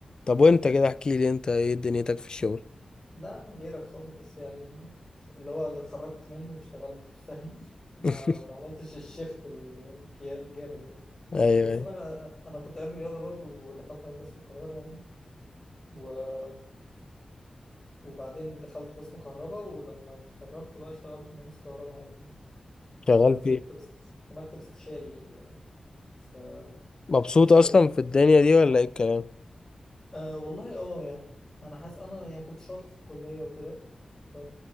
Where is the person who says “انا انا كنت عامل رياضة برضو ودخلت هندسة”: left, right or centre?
Left